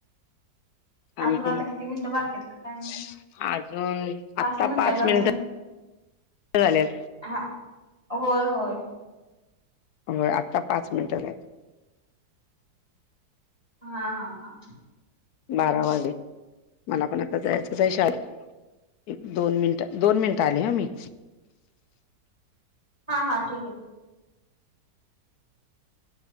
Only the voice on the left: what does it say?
आणि
की
<unintelligible>
अजून आत्ता
पाच मिनिट
झाल्यात
होय, आत्ता पाच मिनट झाल.
बारा वाजले, मला पण आता जायचंच आहे शाळे एक-दोन मिनटं, दोन मिनटं आले हा मी.